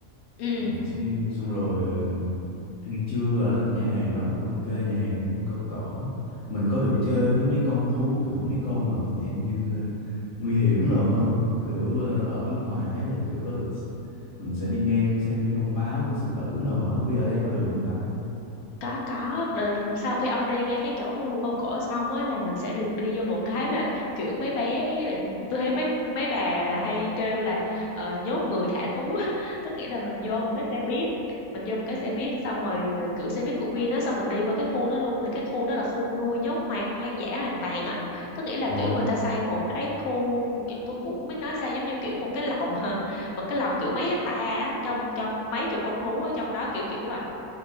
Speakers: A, on the left; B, on the left.
A: ừ
B: Vườn chim xong rồi ờ, ăn trưa ở cái nhà hàng đó cũng ok, nhà hàng khu cao cổ. Mình có được
A: ừ
B: chơi với mấy con thú kiểu mấy con mà dạng như ờ, nguy hiểm rồi không? Kiểu ờ, ở nước ngoài thấy là kiểu có được mình sẽ đi ngang xem mấy con báo, con sư tử đồ á, không biết ở đây có được không ta?
A: có có Đờ- sau khi ông đi ngay cái chỗ mà hươu câu cổ xong á là mình sẽ được đi vô một cái mà kiểu mấy bé lại tôi thấy mấy mấy bà là hay kêu là ờ, nhốt người thả thú á <laughs> tức nghĩa là mình vô một cái xe buýt mình vô một cái xe buýt xong rồi ờ, kiểu xe buýt của Vin á xong mình đi qua cái khu đó luôn thì cái khu đó là khu nuôi nhốt hoang hoang dã hoàn toàn á tức nghĩa là
B: Ồ,
A: kiểu người ta xây một cái khu kiểu tôi cũng không biết nói sao giống như kiểu một cái lồng hả <laughs> một cái lồng kiểu mấy hecta á trong trong mấy chục con thú ở trong đó kiểu kiểu vậy